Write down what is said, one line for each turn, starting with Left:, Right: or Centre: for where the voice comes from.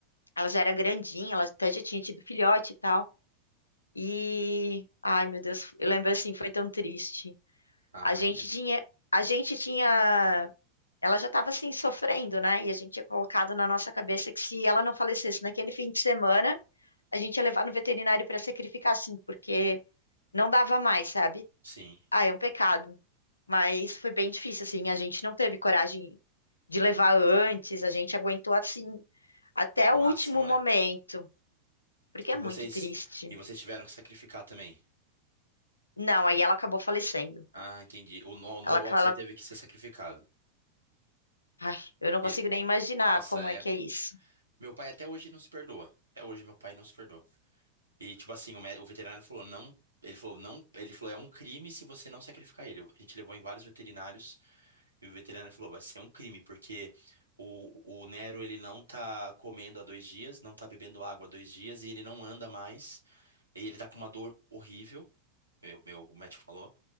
Left: ela já era grandinha, ela até já tinha tido filhote e tal. E. Ai, meu Deus, eu lembro assim, foi tão triste.
Right: Ah,
Left: A
Right: imagino.
Left: gente tinha, a gente tinha, ela já estava assim sofrendo, né? E a gente tinha colocado na nossa cabeça que se ela não falecesse naquele fim de semana, a gente ia levar no veterinário para sacrificar, assim, porque não dava mais, sabe?
Right: Sim.
Left: Ah, é um pecado. Mas foi bem difícil, assim. A gente não teve coragem de levar antes, a gente aguentou assim até
Right: O
Left: o
Right: máximo,
Left: último momento,
Right: né?
Left: porque
Right: E
Left: é
Right: vocês,
Left: muito triste.
Right: e vocês tiveram que sacrificar também.
Left: Não, aí ela acabou falecendo.
Right: Ah, entendi. O, no- o meu
Left: Ela,
Right: boxer
Left: ela,
Right: teve que ser sacrificado.
Left: ai, eu não consigo
Right: E-
Left: nem imaginar
Right: nossa,
Left: como
Right: é.
Left: é que é isso.
Right: Meu pai até hoje não se perdoa. Até hoje meu pai não se perdoa. E tipo assim, o, mé- o veterinário falou, não. Ele falou, não. Ele falou, é um crime se você não sacrificar ele. A gente levou em vários veterinários. E o veterinário falou, vai ser um crime, porque o, o Nero, ele não tá comendo há dois dias, não tá bebendo água há dois dias, e ele não anda mais, e ele tá com uma dor horrível, meu, meu médico falou,